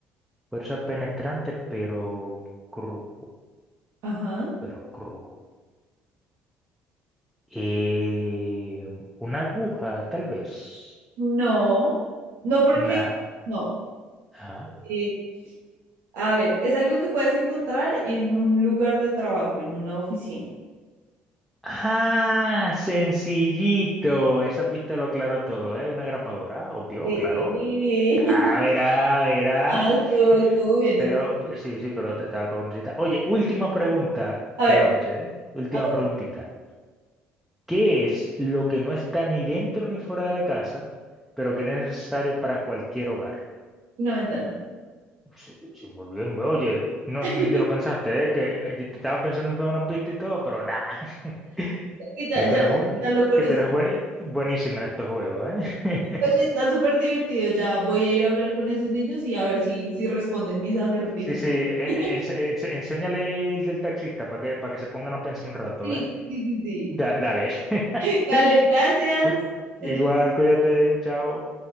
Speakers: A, in the centre; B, on the right.
A: Fuerza penetrante, pero crudo.
B: ajá.
A: Pero crudo. Eh, una aguja, tal vez.
B: No, no porque,
A: Una.
B: no.
A: ajá.
B: eh, a ver, es algo que puedes encontrar en un lugar de trabajo, en una oficina.
A: Ah, sencillito. Esa pista lo aclaró todo, ¿eh? Una grapadora, obvio,
B: Sí.
A: claro. Ah,
B: <laughs>
A: verá, verá.
B: Ah, estuvo, estuvo bien,
A: Pero
B: estuvo
A: p-
B: bien.
A: sí, sí, pero te estaba cabroncita. Oye, última pregunta
B: A
A: de
B: ver,
A: la noche, ¿eh? Última
B: a ver,
A: preguntita. ¿Qué es lo que no está ni dentro ni fuera de la casa, pero que es necesario para cualquier hogar?
B: una ventana.
A: Pues Sí, sí, muy bien, güey. Oye, no,
B: <laughs>
A: ni te lo pensaste, ¿eh? Que eh, te estaba pensando toda una pista y todo, pero nada. <laughs>
B: Y Ya,
A: Que
B: ya,
A: tú eres, bu-
B: ya lo conocí.
A: que tú eres buen- buenísimo en estos juegos, ¿eh?
B: Oye,
A: <laughs>
B: está súper divertido. Ya voy a ir a hablar con esos niños y a ver si, si responden mis acertijos.
A: Sí, sí, eh,
B: <laughs>
A: eh, ense- ense- enséñale el del taxista para que, para que se pongan a pensar un rato,
B: Sí,
A: ¿eh?
B: sí, sí, sí.
A: Da- dale. <laughs>
B: <laughs> Dale, gracias.
A: Igual,
B: Es bien.
A: cuídate, chao.